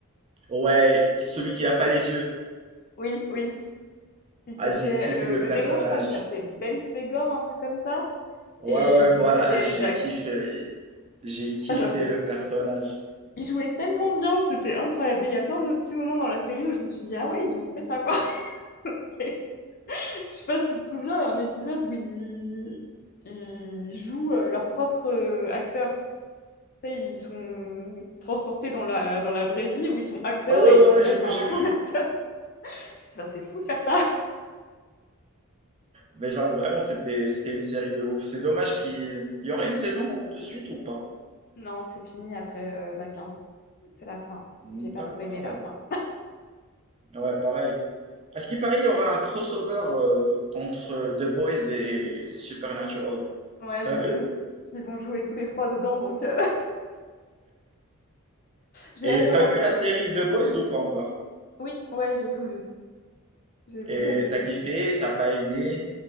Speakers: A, on the right; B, on the left.
A: Ouais, celui qui a pas les yeux.
B: Oui, oui. Il s'appelait,
A: Ah, j'ai kiffé
B: le,
A: le
B: le
A: personnage.
B: démon, je crois qu'il s'appelait Belphégor, un truc comme ça.
A: Ouais,
B: Et
A: ouais,
B: il
A: voilà,
B: possédait
A: j'ai
B: Jack.
A: kiffé. J'ai kiffé
B: Ah, j'avoue,
A: le personnage.
B: Ils jouaient tellement bien, c'était incroyable. Mais il y a plein de petits moments dans la série où je me suis dit, ah ouais, ils ont fait ça, quoi. <laughs> C'est- Je sais pas si tu te souviens, il y a un épisode où ils, ils jouent euh, leur propre euh, acteur. Tu sais, Ils sont transportés dans la, dans la vraie vie où ils sont acteurs
A: Ah, ouais,
B: et
A: ouais,
B: ils s'appellent
A: ouais, j'ai vu,
B: par
A: j'ai
B: leur
A: vu,
B: nom
A: j'ai
B: d'acteur.
A: vu.
B: <laughs> Je dis, Ah, c'est fou de faire ça.
A: Mais genre, vraiment, c'était, c'était une série de ouf. C'est dommage qu'il il y aurait une saison de suite ou pas?
B: Non, c'est fini après euh, la 15. C'est la fin.
A: Hmm,
B: J'ai pas
A: D'accord.
B: trop aimé la fin.
A: Ouais, pareil. À ce qui paraît, il y aura un crossover euh, entre The Boys et, et Supernatural.
B: Ouais,
A: T'as
B: j'ai
A: vu?
B: vu qu'ils vont jouer tous les trois dedans, donc euh, <laughs> j'ai
A: Et
B: hâte de
A: t'as
B: voir
A: vu la
B: ça.
A: série The Boys ou pas encore?
B: Oui, ouais, j'ai tout vu. J'ai beaucoup
A: Et
B: aimé
A: t'as
B: aussi.
A: kiffé, t'as pas aimé?